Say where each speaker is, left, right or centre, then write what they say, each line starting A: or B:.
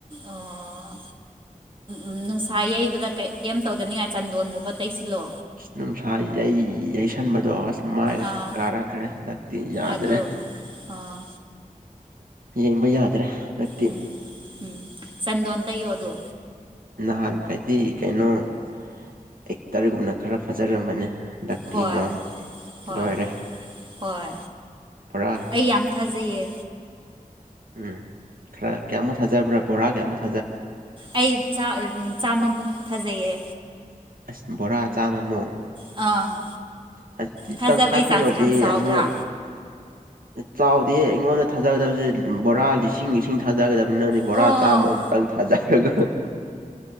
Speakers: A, on the right; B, on the right.
A: ꯑꯣ ꯎꯝ ꯅꯨꯡꯁꯥ ꯌꯩꯕꯗ ꯀꯩꯝ ꯇꯧꯗꯅꯤꯡꯉꯥꯏ ꯆꯟꯗꯣꯟꯒꯨꯝꯕ ꯇꯩꯁꯤꯜꯂꯣ
B: ꯑ ꯅꯨꯡꯁꯥ ꯌꯩ ꯌꯩꯁꯟꯕꯗꯣ ꯑꯁ ꯃꯥꯏꯒꯁꯦ
A: ꯑꯥ
B: ꯀꯥꯔꯛꯈ꯭ꯔꯦ ꯍꯟꯗꯛꯇꯤ ꯌꯥꯗ꯭ꯔꯦ
A: ꯑꯗꯣ ꯑꯥ
B: ꯌꯦꯡꯕ ꯌꯥꯗ꯭ꯔꯦ ꯅꯛꯇꯤ
A: ꯎꯝ ꯎꯝ ꯆꯟꯗꯣꯟ ꯇꯩꯌꯣ ꯑꯗꯨ
B: ꯅꯍꯥꯟ ꯃꯈꯩꯗꯤ ꯀꯩꯅꯣ ꯑꯦꯛꯇꯔꯒꯨꯝꯅ ꯈꯔ ꯐꯖꯔꯝꯕꯅꯦ ꯅꯠꯇ
A: ꯍꯣꯏ
B: ꯋꯥ
A: ꯍꯣꯏ
B: ꯂꯣꯏꯔꯦ
A: ꯍꯣꯏ
B: ꯄꯨꯔꯥ
A: ꯑꯩ ꯌꯥꯝ ꯊꯥꯖꯩꯌꯦ
B: ꯎꯝ ꯈꯔ ꯀꯌꯥꯃꯨꯛ ꯊꯥꯖꯕ꯭ꯔꯥ ꯕꯣꯔꯥ ꯀꯌꯥꯃꯨꯛ ꯊ
A: ꯑꯩ ꯆꯥꯝꯃꯃꯨꯛ ꯊꯥꯖꯩꯌꯦ
B: ꯑꯁ ꯕꯣꯔꯥ ꯆꯥꯝꯃꯃꯨꯛ
A: ꯑꯥ
B: ꯍꯥꯏ
A: ꯊꯥꯖꯕꯩ
B: ꯇꯪꯈꯥꯏ ꯐꯥꯎ
A: ꯆꯥꯡꯁꯦ
B: ꯌꯎꯗꯤ
A: ꯌꯥꯝ
B: ꯍꯦ
A: ꯆꯥꯎꯗ꯭ꯔꯥ
B: ꯑꯩꯉꯣꯟ ꯆꯥꯎꯗꯦꯦ ꯑꯩꯉꯣꯟꯗ ꯊꯥꯖꯒꯗꯕꯁꯦ ꯕꯣꯔꯥ ꯂꯤꯁꯤꯡ ꯂꯤꯁꯤꯡ ꯊꯥꯖꯒꯗꯕ ꯃꯤꯅꯅꯤ ꯕꯣꯔꯥ
A: ꯑꯣ
B: ꯆꯥꯝꯃꯛꯇꯪ ꯊꯥꯖꯔꯒ